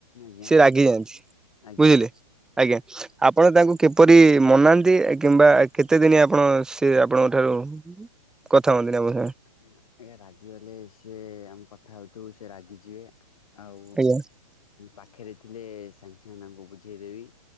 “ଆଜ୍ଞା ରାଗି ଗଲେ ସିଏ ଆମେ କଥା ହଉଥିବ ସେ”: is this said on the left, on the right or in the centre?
Left